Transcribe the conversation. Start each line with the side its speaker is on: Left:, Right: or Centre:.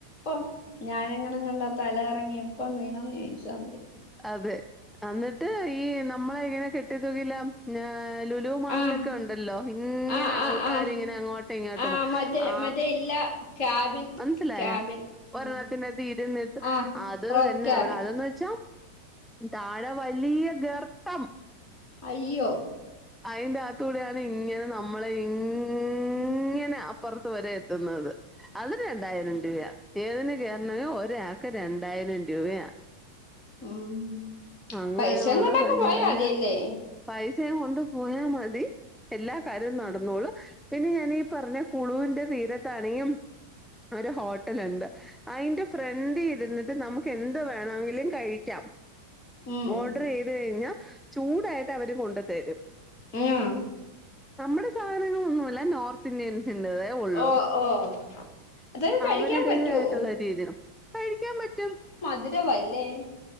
Left: ഓ ഞാനെങ്ങനെ കണ്ടാ തല ക റങ്ങി എപ്പം വീണന്ന് ചോദിച്ചാൽ മതി
Centre: അതെ എന്നിട്ട് ഈ നമ്മള എങ്ങനെ കെട്ടിയ തുകില്ല ഇം <unintelligible> ലുലു മാളിലൊക്കെ
Left: ആഹ്
Centre: ഉണ്ടല്ലോ ഇങ്ങനെ
Left: ആഹ് ആഹ്
Centre: ആൾക്കാരി
Left: ആഹ്
Centre: ഇങ്ങനെ അങ്ങോട്ടും ഇങ്ങോട്ടും
Left: ആഹ് മറ്റേ
Centre: ആ
Left: മറ്റേ ഇല്ല ക്യാബിൻ
Centre: മനസ്സിലായ
Left: ക്യാബിൻ
Centre: ഒരെണ്ണത്തിന്റെ
Left: ആഹ്
Centre: തീരനിട്ട്
Left: ആഹ്
Centre: അത്
Left: റോക്ക്
Centre: തന്നെ
Left: ക്യാബിൻ
Centre: അവിടെ അത എന്ന്വെച്ചാ താഴെ വലിയ ഗർത്തം
Left: അയ്യോ
Centre: അയിന്റെകത്ത കൂടെയാണ് ഇങ്ങനെ നമ്മളെ ഇംഗ് ഇങ്ങനെ അപ്പുറത്ത് വരെ എത്തുന്നത് അത് രണ്ടായിരം രൂപയാ ഏതിന് കയറണ ഒരാൾക്ക് രണ്ടായിരം രൂപയാ
Left: ഉം
Centre: അങ്ങനെയുള്ള
Left: പൈസയും കൊണ്ടൊങ്ങ്
Centre: വലിയ
Left: പോയാ
Centre: വലിയ
Left: മതിയല്ലേ
Centre: പൈസയും കൊണ്ട് പോയാ മതി എല്ലാ കാര്യവും നടന്നോളു പിന്നെ ഞാഞ്ഞി ഈ പറഞ്ഞ കുളുവിന്റെ തീരത്താണെങ്കും ഒരു ഹോട്ടലിണ്ട് അയിന്റെ ഫ്രണ്ടിരിന്നിട്ട് നമുക്ക് എന്ത് വേണമെങ്കിലും കഴിക്കാം
Left: ഉം
Centre: ഓഡ്രെയ്ത് കൈഞ്ഞാ ചൂടായിട്ട് അവര് കൊണ്ട തരും
Left: ഏഹ് ആഹ്
Centre: നമ്മുടെ സാധനങ്ങളൊന്നുല്ല നോർത്ത് ഇന്ത്യൻസിന്റതേ ഉള്ളു
Left: ഓഹ് ഓഹ് അതത് കഴിക്കാൻ
Centre: അവരിടേതായട്ടുള്ള
Left: പറ്റുവോ
Centre: രീതിയൊ കഴിക്കാൻ പറ്റും
Left: ദൂരുവല്ലേ